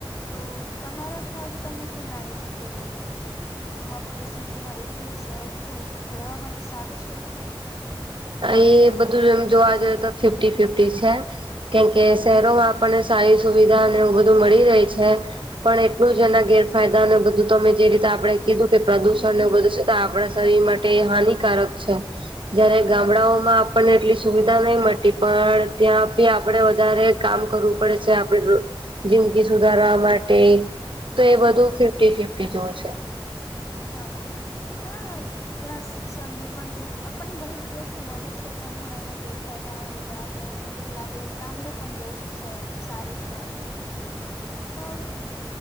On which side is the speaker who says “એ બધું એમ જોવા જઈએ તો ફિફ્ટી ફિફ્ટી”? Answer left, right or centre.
Right